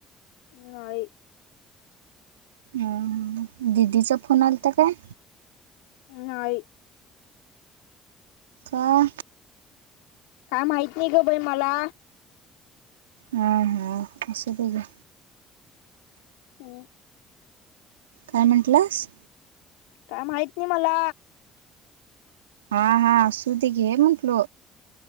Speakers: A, on the left; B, on the right.
A: ह्ई
B: अ दिदीचा फोन आलाता काय
A: नाहीय
B: काहा
A: काय माहित नाही ग बाई मला
B: हा हा असशुबझा
A: ह
B: कानमंट्लास
A: काय माहित नाही मला
B: हा हा असु दे घे म्हंटल